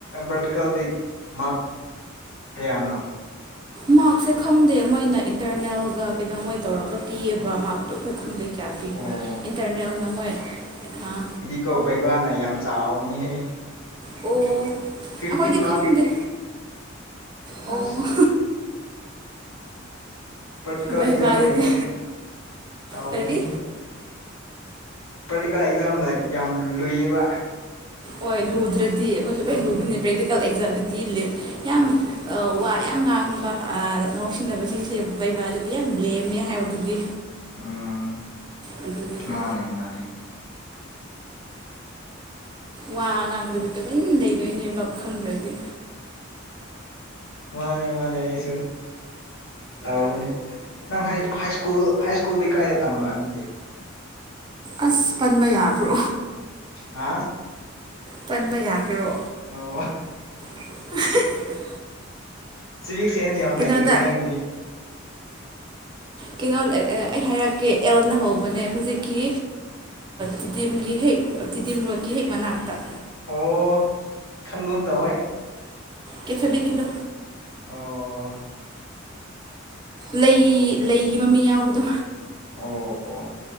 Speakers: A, on the left; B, on the right.
A: ꯄ꯭ꯔꯇꯤꯀꯜꯗꯤ ꯃꯥꯛ ꯀꯌꯥꯅꯣ
B: ꯃꯥꯔꯛꯁꯦ ꯈꯪꯗꯦ ꯃꯣꯏꯅ ꯏꯟꯇꯔꯅꯦꯜꯒ ꯀꯩꯅꯣ ꯃꯣꯏ ꯇꯧꯔꯒ ꯄꯤꯑꯕ ꯃꯥꯔꯛꯇꯣ ꯑꯩꯈꯣꯏ ꯈꯪꯗꯦ ꯆꯥ ꯄꯤꯕ꯭ꯔ
A: ꯑꯣ
B: ꯏꯟꯇꯔꯅꯦꯜꯅ ꯃꯣꯏ ꯑꯥ
A: ꯀꯣ ꯕꯩꯕꯥꯅ ꯌꯥꯝ ꯆꯥꯎꯅꯤꯍꯦ
B: ꯑꯣ
A: ꯐꯤꯐꯇꯤꯟ
B: ꯑꯩꯈꯣꯏꯗꯤ
A: ꯃꯥ
B: ꯈꯪꯗꯦ ꯑꯣ
A: ꯑꯁ ꯄꯔꯇꯤꯀꯂ
B: ꯚꯩꯕꯥꯗꯨꯗꯤ
A: ꯑꯦꯛꯖꯥꯝꯅ ꯑꯩꯈꯣꯏꯅ ꯇꯥꯎꯧꯕꯅꯤ
B: ꯀꯔꯤ
A: ꯄ꯭ꯔꯔꯇꯤꯀꯥꯦꯜ ꯑꯦꯛꯖꯥꯝꯅ ꯌꯥꯝ ꯂꯨꯏꯌꯦꯕ
B: ꯍꯣꯏ ꯂꯨꯗ꯭ꯔꯗꯤ ꯑꯩꯈꯣꯏꯁꯨ ꯂꯣꯏ
A: ꯎꯝ
B: ꯂꯨꯗꯣꯏꯅꯤ ꯄ꯭ꯔꯦꯛꯇꯤꯀꯦꯜ ꯑꯦꯛꯖꯥꯝꯗꯨꯗꯤꯞ ꯌꯥꯝ ꯋꯥ ꯌꯥꯝ ꯉꯥꯡꯕ ꯅꯨꯡꯁꯤꯟꯅꯕꯁꯤꯡꯁꯦ ꯩꯕꯥꯗꯗꯤ ꯌꯥꯝ ꯂꯦꯝꯃꯦ ꯍꯥꯏꯕꯗꯨꯗꯤ
A: ꯎꯝ
B: ꯑꯗꯨꯅꯤꯗ
A: ꯃꯥꯅꯦ ꯃꯥꯅꯦ
B: ꯋꯥ ꯉꯥꯡꯗꯗꯤ ꯇꯨꯃꯤꯟ ꯂꯩꯗꯣꯏꯅꯦꯕ ꯈꯪꯗ꯭ꯔꯗꯤ
A: ꯃꯥꯅꯦ ꯃꯥꯅꯦ ꯑꯩꯁꯨ ꯇꯧꯕꯅꯤ ꯅꯪ ꯍꯥꯏ ꯁ꯭ꯀꯨꯜ ꯍꯥꯏ ꯁ꯭ꯀꯨꯜꯗꯤ ꯀꯥꯏꯗ ꯇꯝꯕ ꯑꯗꯨꯗꯤ
B: ꯑꯁ ꯄꯟꯕ ꯌꯥꯕ꯭ꯔꯣ
A: ꯑ
B: ꯄꯟꯕ ꯌꯥꯒ꯭ꯔꯣ
A: ꯑꯣ
B: <unintelligible>
A: ꯁꯤꯚꯤꯛ ꯁꯦꯟꯁ ꯌꯥꯝ
B: ꯀꯩꯅꯣꯗ
A: ꯂꯩꯅꯦ ꯅꯪꯗꯤ
B: ꯀꯩꯅꯣ ꯑꯩ ꯍꯥꯏꯔꯛꯀꯦ ꯑꯦꯜꯅ ꯍꯧꯕꯅꯦ ꯍꯧꯨꯖꯤꯛꯀꯤ ꯇꯤꯗꯤꯝꯒꯤ ꯍꯦꯛ ꯇꯤꯗꯤꯤꯃꯤꯣꯀꯤ ꯍꯦꯛ ꯃꯅꯥꯑꯥꯛꯇꯥ
A: ꯑꯣ ꯈꯪꯒꯨꯝ ꯇꯧꯋꯦ
B: ꯀꯊꯗꯤꯈꯤꯗ
A: ꯑꯣ
B: ꯂꯩ ꯂꯩꯒꯤ ꯃꯃꯤꯡ ꯌꯥꯎꯕꯗꯣ
A: ꯑꯣ ꯑꯣ